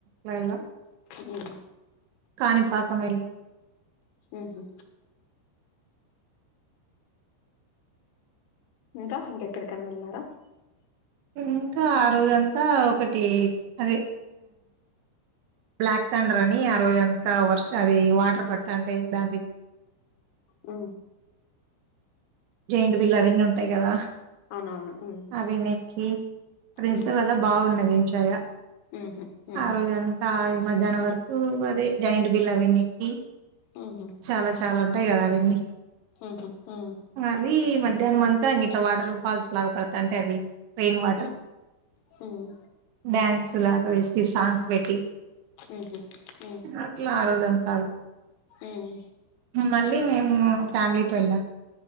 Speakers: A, on the right; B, on the left.
A: అలాలా
B: ఉ
A: కానీపాకమలా
B: ఉహు ఇంకా ఇంకెక్కడికైనా వెళ్ళినారా
A: ఇంకా ఆ రోజంతా ఒకటి అదే బ్లాక్ తథండర్ అని ఆ రోజు అంతా వర్ష అది వాటర్ పడతా అంటే దా
B: ఆ
A: జైండు బిల్లు అవన్నీ ఉంటాయి కదా
B: అవునవును ఉమ్
A: అవి నక్కి ప్రస్
B: ఉమ్
A: కదా బాగున్నది ఎంజాయ్‌గా.
B: ఉహు ఉమ్
A: ఆ రోజంతా ఈ మధ్యాహ్నం వరకు అదే జాంట్ బిల్ అవన్నక్కి
B: ఉహు
A: చాలా చాలా ఉంటాయి కదా అవన్నీ
B: ఉహు ఉమ్
A: అవి మధ్యాహ్నం అంతా ఇ ఇట్లా వాటర్ ఫాల్స్ లాగా పడతా అంటే అవి రెయిన్ వాటర్
B: ఉమ్ ఉమ్
A: డ్యాన్స్ లా స్త సాంగ్స్ పెట్టి
B: ఉహు ఉమ్
A: అట్లా ఆ రోజు అంతాడు
B: ఉమ్
A: మళ్ళీ మేము ఫ్యామిలీతో వెళ్ళాం